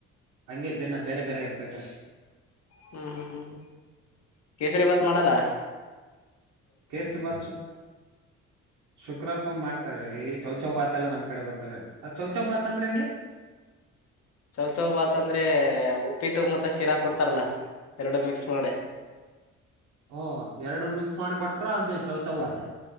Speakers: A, on the right; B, on the left.
A: ಹಂಗೆ ದಿನಾ ಬೇರೆ ಬೇರೆ ಇರ್ತೈತ್ರಿ.
B: ಹ್ಮ್ ಹ್ಮ್ ಹ್ಮ್ ಹ್ಮ್ ಕೇಸರಿ ಬಾತ್ ಮಾಡಲ್ಲ.
A: ಕೇಸರಿ ಬಾತ್. ಷು ಶುಕ್ರವಾರಕೊಮ್ಮೆ ಮಾಡ್ತ ಥೈ ಚೌಚೌ ಭಾತ್ ಎಲ್ಲಾ ನಮ್ ಕಡೆ ಗೊತ್ತಿಲ್ರಿ. ಅದ್ ಚೌಚೌ ಭಾತ ಅಂದ್ರೆ ಹೆಂಗೆ,
B: ಚೌ ಚೌ ಭಾತ್ ಅಂದ್ರೆ ಉಪ್ಪಿಟ್ಟು, ಮತ್ತ ಶೀರಾ ಕೊಡ್ತಾರಲ್ಲಾ. ಎರಡು ಮಿಕ್ಸ್ ಮಾಡಿ.
A: ಓ ಎರಡು ಮಿಕ್ಸ್ ಮಾಡಿ ಕೊಟ್ರ ಅದ ಚೌಚೌ ಬಾತ್.